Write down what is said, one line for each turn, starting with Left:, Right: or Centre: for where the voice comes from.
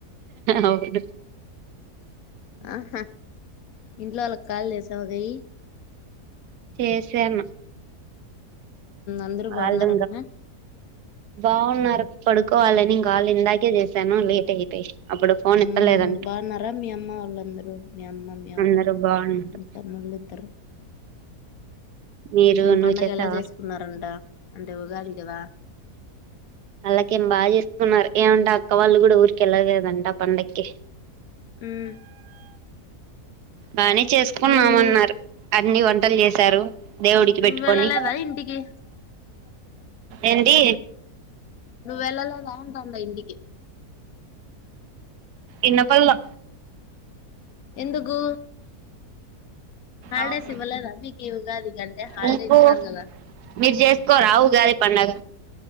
Right: అవును
Left: ఆహా ఇంట్లో వాళ్ళ కాలు చేసావా నెయ్యి
Right: చేసాను
Left: అందరూ
Right: వాళ్ళు
Left: బాగున్నారంటనా
Right: బాగున్నారు పడుకోవాలనిం కాళ ఇందాకే చేశాను లేట్ అయిపోయి అప్పుడు ఫోన్
Left: హ్మ్మ్
Right: ఎత్తలేదంట
Left: బాగున్నారా మీ అమ్మవాళ్లందరూ మీ అమ్మ మీ అవ్వ
Right: అందరు బాగున్నారు
Left: తమ్ముల్లిద్దరు
Right: మీరు
Left: ఏం
Right: నువ్వు
Left: పండగ
Right: చేసావా
Left: ఎలా చేసుకున్నారంట అంటే ఉగాది వా
Right: అళ్లాకేం బాగా చేసుకున్నారు ఏమంటే అక్క వాళ్ళు కూడా ఊరికి వెళ్ళ లేదు అంటా పండగకి
Left: హ్మ్మ్
Right: బానే చేసుకున్నామన్నారు
Left: నువ్వు
Right: అన్ని వంటలు చేశారు దేవుడికి
Left: నువ్వు
Right: పెట్టుకొని
Left: వెళ్ళలేదా ఇంటికి
Right: ఏంటి
Left: నువ్వెల లేదా అంట ఇంగ ఇంటికి
Right: ఇన్నప్పలో
Left: ఎందుకు హాలిడేస్
Right: అవును
Left: ఇవ్వలేదా మీకు ఈ ఉగాది కంటే హాలిడే
Right: మీకు
Left: ఇస్తారు కదా
Right: మీర్ చేసుకోరా ఉగాది పండగ